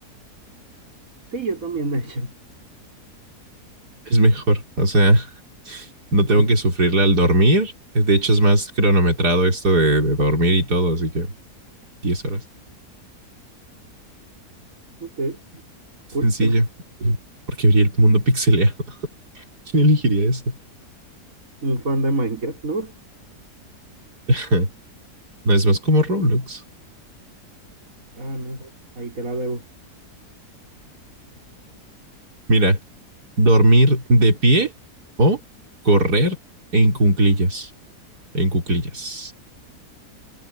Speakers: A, on the right; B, on the right.
A: Sí, yo también, de hecho.
B: Es mejor. O sea, no tengo
A: <laughs>
B: que sufrirla al dormir. De hecho, es más cronometrado esto de, de dormir y todo, así que diez horas.
A: Ok,
B: Sencillo.
A: cool.
B: Porque vería el mundo pixeleado. <laughs> ¿Quién elegiría eso?
A: Un fan de Minecraft, ¿no?
B: <laughs> No es más como Roblox.
A: Ah, no sé. Ahí te la debo.
B: Mira, dormir de pie o correr en cuclillas. En cuclillas.